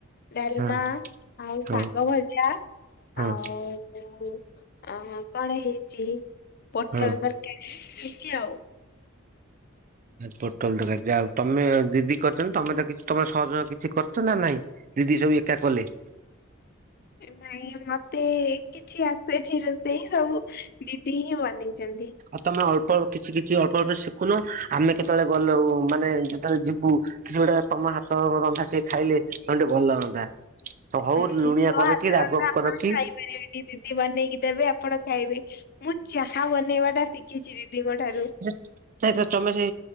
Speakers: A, on the left; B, on the right.
A: ଡାଲ୍ମା
B: ହଁ
A: ଆଉ ଶାଗ
B: ହଁ
A: ଭଜା
B: ହଁ
A: ଆଉ ଓ- ଆଉ କଣ ହେଇଚି ପୋଟଳ
B: ହଁ
A: ତରକାରୀ ହେଇଚି ଆଉ।
B: ପୋଟଳ ତରକାରୀ ଯାହଉ ତମେ ଦିଦି କରିଚନ୍ତି ତମେ ତ ତମେ ସହଜ କିଛି କରିଚ ନା ନାଇଁ? ଦିଦି ସବୁ ଏକା କଲେ?
A: ନାଇଁ ମତେ କି କିଛି ଆସେନି ରୋଷେଇ ସବୁ ଦିଦି ହିଁ ବନେଇଚନ୍ତି।
B: ଆଉ ତମେ ଅଳ୍ପ କିଛି କିଛି ଅଳ୍ପ ଅଳ୍ପ ଶିକୁନ ଆମେ କେତେବେଳେ ଗଲୁ ମାନେ ଯେତେବେଳେ ଯିବୁ କିଛି ଗୁଟେ ତମ ହାତ ରନ୍ଧା ଟିକେ ଖାଇଲେ ଆମକୁ ଟିକେ ଭଲ ଲାଗନ୍ତା। ତ ହଉ
A: ଉଁ
B: ଲୁଣିଆ
A: ତ
B: କର
A: ହାତ
B: କିି ରାଗ
A: ରନ୍ଧା ଆପଣ
B: କର କିି
A: ଖାଇପାରିବେନି ଦିଦି ବନେଇକି ଦେବେ ଆପଣ ଖାଇବେ ମୁଁ ଚାହା ବନେଇବା ଟା ଶିକିଚି ଦିଦିଙ୍କ ଠାରୁ।
B: ସେ ତମେ ସେ